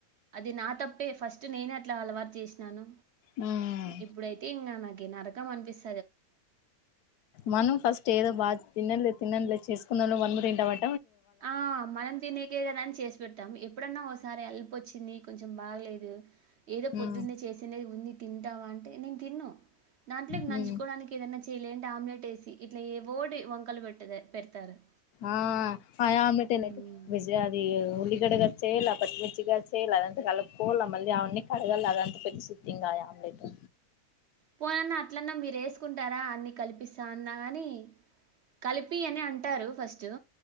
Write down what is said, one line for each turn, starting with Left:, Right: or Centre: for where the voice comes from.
Right: అది నా తప్పే ఫస్ట్ నేనే అట్లా అలవాటు చేసినాను.
Left: హ్మ్
Right: ఇప్పుడైతే ఇంగ నాకే నరకం అనిపిస్
Left: మనం ఫస్ట్ ఏదో బా తిన్నళ్లే తిన్నలేదు చేసుకున్నాలో వందమురి తింటవా
Right: ఆ మనం తినేకే కదా అని చేసి పెడతాం ఎప్పుడన్నా ఓసారి అల్పోచ్చింది. కొంచెం బాగలేదు ఏదో
Left: హ్మ్
Right: పొద్దున్నే చేసిన్నేది ఉంది తింటావా అంటే నేను తిన్ను దాంట్లోకి
Left: హ్మ్
Right: నంచుకోవడానికి ఏదైన్నా చేయలేం టమ్లెట్ ఏసి ఇట్లా ఏ ఓటి వంకలు పెట్టదే పెడతారన్
Left: ఆ అ ఆమ్లెట్ తినేది
Right: మ్మ్
Left: వెజ అది ఉల్లిగడ్డ కట్ చేయలా, పచ్చిమిర్చి కట్ చేయ్యలా అదంతా కలుపుకోవాల మళ్ళీ అవన్నీ కడగాల అదంతా పెప్సీథింగ్ గాలే ఆమ్లెటు
Right: పోనన్న అట్లన్నా మీరు వేసుకుంటారా అన్ని కల్పిస్తా అన్న ఆని కలిపి అని అంటారు ఫస్ట్ జో